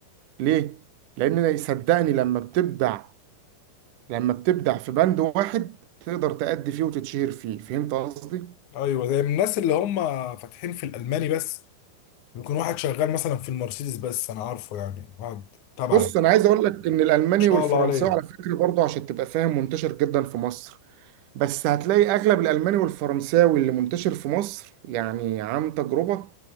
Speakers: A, on the right; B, on the left.
A: ليه؟ لان صدقني لما بتبدع لما بتبدع في بند واحد تقدر تأدي فيه وتتشهر فيه فهمت قصدي؟
B: ايوه زي الناس اللي هم فاتحين في الالماني بس بيكون واحد شغال مثلا في المرسيدس بس انا عارفه يعني واحد تبعي
A: بص
B: ما
A: انا عايز اقول لك ان الالماني
B: شاء
A: والفرنساوي
B: الله عليه
A: على فكرة برضه عشان تبقى فاهم منتشر جدا في مصر بس هتلاقي اغلب الالماني والفرنساوي اللي منتشر في مصر يعني عن تجربة